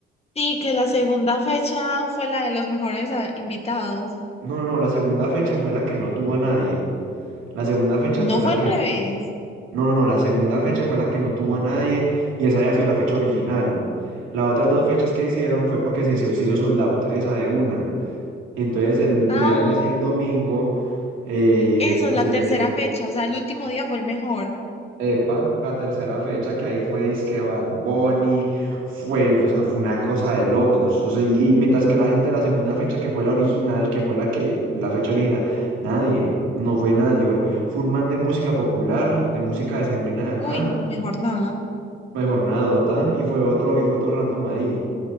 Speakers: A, on the left; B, on the right.
A: Sí, que la segunda fecha fue la de los mejores ah, invitados.
B: No, no, no, la segunda fecha fue la que no tuvo a nadie. La segunda fecha
A: No
B: fue
A: fue
B: la
A: al
B: que...
A: revés.
B: No, no, no, la segunda fecha fue la que no tuvo a nadie y esa había sido la fecha original. Las otras dos fechas que hicieron fue porque se hizo, se hizo sold out esa de una. Y entonces el viernes
A: Ah,
B: y el domingo eh,
A: eso,
B: pues
A: es la
B: se
A: tercera
B: llenó
A: fecha, o sea, el último día fue el mejor.
B: Epa, la tercera fecha que ahí fue disque Bad Bunny, fue, o sea, fue una cosa de locos. O sea, y, y mientras que la gente de la segunda fecha, que fue la original, que fue la que, la fecha original, nadie, no fue nadie, fue, fue un man de música popular, de música decembrina de acá,
A: Uy, mejor nada.
B: mejor nada, y fue otro, y fue otro random ahí.